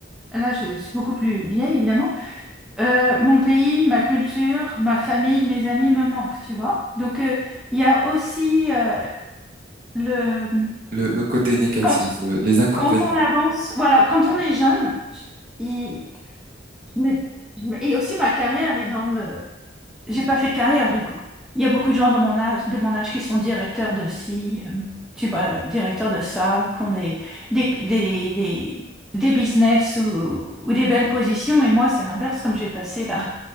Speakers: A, in the centre; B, on the right.
A: là, je suis beaucoup plus vieille, évidemment, Euh, mon pays, ma culture, ma famille, mes amis me manquent, tu vois. Donc, euh, il y a aussi euh, le...
B: Le, le côté négatif,
A: Quand,
B: le- les inconvénients.
A: quand on avance, voilà, quand on est jeune, je- il- mais- et aussi ma carrière est dans le... J'ai pas fait de carrière, du coup. Il y a beaucoup de gens dans mon âge, de mon âge qui sont directeurs de ci, euh, tu vois, directeurs de ça, ou qui ont des, des, des, des, des business ou, ou des belles positions. Et moi, c'est l'inverse, comme j'ai passé là.